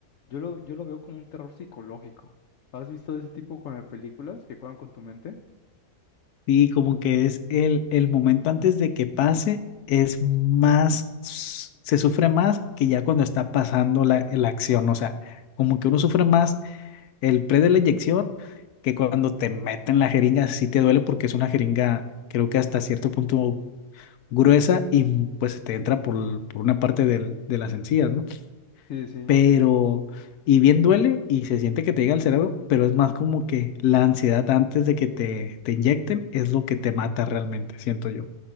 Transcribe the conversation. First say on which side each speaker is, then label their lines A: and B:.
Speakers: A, on the left; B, on the left.
A: yo lo, yo lo veo como un terror psicológico. ¿Has visto ese tipo con las películas que juegan con tu mente?
B: Sí, como que es el, el momento antes de que pase, es más, se sufre más que ya cuando está pasando la, la acción. O sea, como que uno sufre más El pre de la inyección, que cuando te meten la jeringa sí te duele porque es una jeringa, creo que hasta cierto punto gruesa y mm, pues se te entra por, l- por una parte del, de las encías, ¿no?
A: Sí, sí. sí.
B: Pero, y bien duele y se siente que te llega al cerebro, pero es más como que la ansiedad antes de que te, te inyecten es lo que te mata realmente, siento yo.